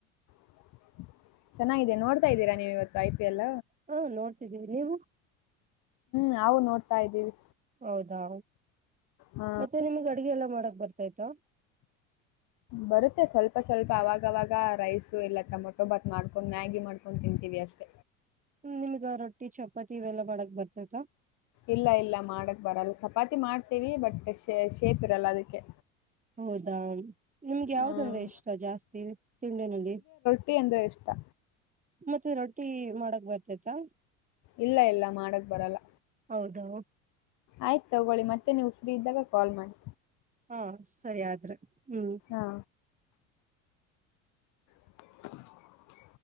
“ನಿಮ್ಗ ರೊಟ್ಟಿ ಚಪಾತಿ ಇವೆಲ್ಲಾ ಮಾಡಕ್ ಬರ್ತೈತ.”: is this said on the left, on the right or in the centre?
Right